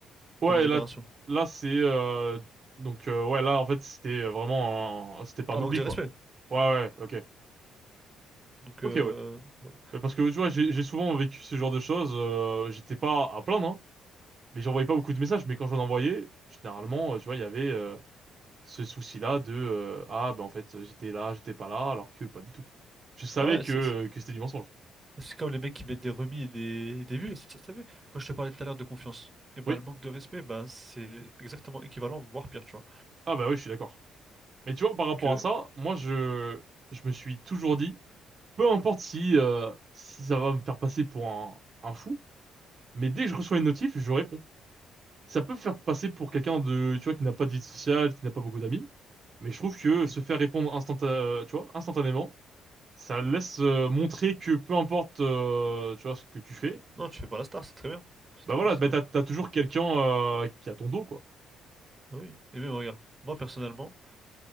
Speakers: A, on the right (about 50°); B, on the right (about 25°).
A: ouais,
B: dans notre génération.
A: là, t- là c'est... euh, donc, euh, ouais, là, en fait, c'était vraiment... un- C'était pas
B: Un
A: un oubli,
B: manque de
A: quoi.
B: respect.
A: Ouais, ouais, ok.
B: Donc,
A: Ok,
B: euh,
A: ouais.
B: voilà.
A: Mais parce que tu vois, j'ai j'ai souvent vécu ce genre de choses. euh, j'étais pas à plaindre, hein, mais j'envoyais pas beaucoup de messages. Mais quand j'en envoyais, généralement, euh, tu vois, il y avait euh, ce souci-là de euh, ah bah en fait j'étais là, j'étais pas là, alors que pas du tout. Je savais
B: Ah ouais,
A: que
B: c'est
A: que c'était du mensonge.
B: C'est comme les mecs qui mettent des remis et des, des vues. T'as t'as vu? Quand je te parlais tout à l'heure de confiance, et bah,
A: Oui.
B: le manque de respect, bah, c'est exactement équivalent, voire pire, tu vois.
A: Ah bah oui, je suis d'accord. Mais tu vois, par rapport
B: Que
A: à ça, moi je je me suis toujours dit, peu importe si euh, si ça va me faire passer pour un un fou, mais dès que je reçois une notif, je réponds. ça peut faire passer pour quelqu'un de, tu vois, qui n'a pas de vie sociale, qui n'a pas beaucoup d'amis. Mais je trouve que se faire répondre instanta, euh, tu vois, instantanément, ça laisse euh, montrer que peu importe, euh, tu vois, ce que tu fais,
B: non, tu fais pas la star, c'est très bien. C'est
A: bah
B: très
A: voilà,
B: bien, c'est
A: bah
B: très
A: t'as,
B: bien.
A: t'as toujours quelqu'un euh, qui a ton dos, quoi.
B: Bah oui. Et même, regarde, moi personnellement,